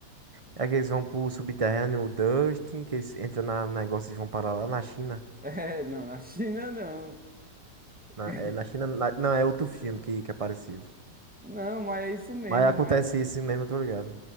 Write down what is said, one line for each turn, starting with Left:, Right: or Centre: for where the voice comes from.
Right: É que eles vão pro subterrâneo, o Dustin, que eles entram na no negócio e vão parar lá na China.
Centre: <laughs> É, não, na China não.
Right: Na,
Centre: <laughs>
Right: é, na China. na- não, é outro filme que, que é parecido.
Centre: Não, mas é isso mesmo,
Right: Mas acontece
Centre: mas.
Right: isso mesmo, eu tô ligado.